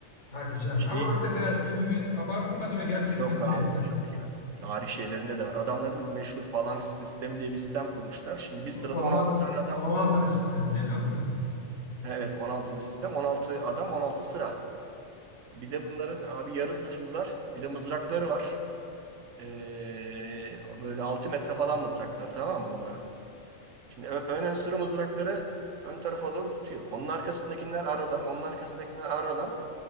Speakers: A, on the left; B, on the right.
A: Hadi canım.
B: Şey
A: Ama o yüzden biraz filmi abarttım acaba gerçekten
B: yok abi
A: öyle mi ya?
B: yok yani. Tarih şeylerinde de var. Adamların meşhur falanks sistemi diye bir sistem kurmuşlar. Şimdi bir sırada
A: 16,
B: 16 tane adam.
A: 16'lı sistemdi değil mi onların?
B: Evet on altılı sistem. on altı adam 16 sıra. Bir de bunların abi yarı zırhlılar. Bir de mızrakları var. Ee, böyle 6 metre falan mızrakları tamam mı bunların? Şimdi ö- ön enstrü mızrakları ön tarafa doğru tutuyor. Onun arkasındakiler aradan, onun arkasındakiler aradan